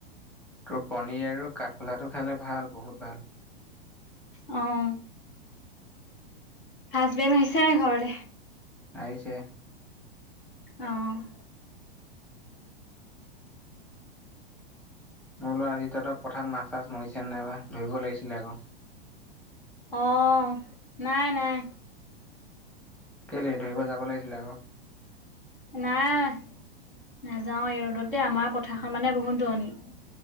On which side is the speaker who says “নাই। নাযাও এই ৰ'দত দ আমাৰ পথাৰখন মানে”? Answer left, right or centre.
Left